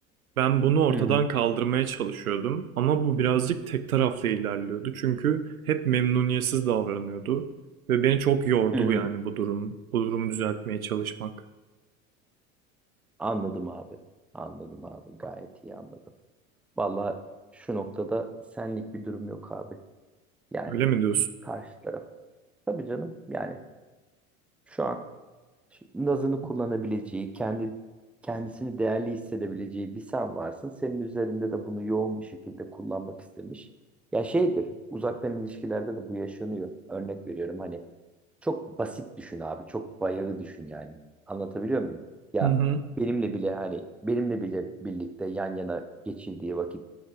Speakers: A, on the right; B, in the centre.
A: Ben bunu ortadan
B: Hı hı.
A: kaldırmaya çalışıyordum ama bu birazcık tek taraflı ilerliyordu çünkü hep memnuniyetsiz davranıyordu ve beni çok yordu
B: Hı hı.
A: yani bu durum, bu durumu düzeltmeye çalışmak.
B: Anladım abi. Anladım abi. Gayet iyi anladım. Valla şu noktada senlik bir durum yok abi. Yani
A: Öyle mi diyorsun?
B: karşı taraf. Tabii canım. Yani şu an şu- nazını kullanabileceği, kendi kendisini değerli hissedebileceği bir sen varsın. Senin üzerinde de bunu yoğun bir şekilde kullanmak istemiş. Ya şeydir, uzaktan ilişkilerde de bu yaşanıyor. Örnek veriyorum hani Çok basit düşün abi. Çok bayağı düşün yani. Anlatabiliyor muyum? Ya
A: Hı hı.
B: benimle bile hani benimle bile birlikte yan yana geçirdiği vakit